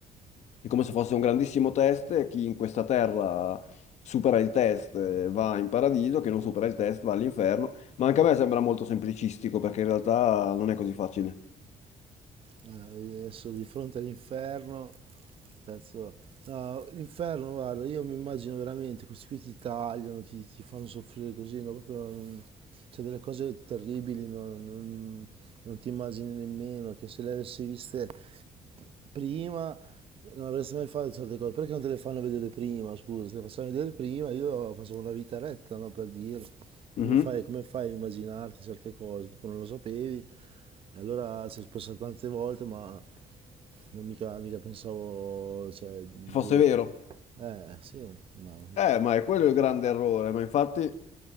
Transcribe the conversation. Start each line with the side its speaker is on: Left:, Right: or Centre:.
Left: È come se fosse un grandissimo test e chi in questa terra supera il test eh, va in paradiso, chi non supera il test va all'inferno. Ma anche a me sembra molto semplicistico perché in realtà non è così facile.
Right: eh, adesso di fronte all'inferno, cazzo, no, l'inferno, guarda, io mi immagino veramente, questi qui ti tagliano, ti, ti fanno soffrire così, no, proprio, non- cioè, delle cose terribili, no, non, non ti immagini nemmeno, che se le avessi viste prima non avresti mai fatto certe cose, perché non te le fanno vedere prima, scusa, se le facevano vedere prima io facevo una vita retta, no, per dire,
Left: Mhm.
Right: come fai, come fai a immaginarti certe cose, tipo non lo sapevi, e allora ci è passato tante volte, ma non mica, mica pensavo, cioè, di
Left: Se fosse
Right: dover...
Left: vero.
Right: Eh, sì, ma non
Left: Eh,
Right: so.
Left: ma è quello il grande errore, ma infatti,